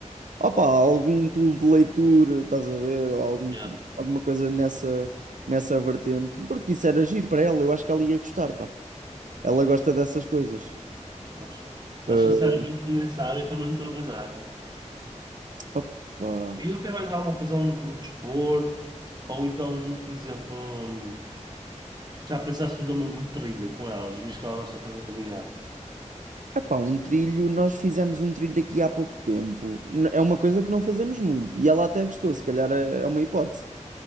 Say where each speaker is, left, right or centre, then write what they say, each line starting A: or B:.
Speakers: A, on the right; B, on the right.
A: Opa, algum clube de leitura, estás a ver? Ou algum,
B: Já,
A: alguma coisa nessa, nessa vertente. Porque isso era giro para ela, eu acho que ela ia gostar, pá. Ela gosta dessas coisas.
B: Mas, mas
A: Eh,
B: sinceramente, nessa área eu também não estou a ver nada.
A: opa.
B: E não tem mais alguma coisa, um, um desporto? Ou então, por exemplo, um, já pensaste fazer um, um trilho com elas, visto que ela gosta de fazer caminhada?
A: Epá, um trilho, nós fizemos um trilho aqui há pouco tempo. N- É uma coisa que não fazemos muito. E ela até gostou, se calhar é é uma hipótese.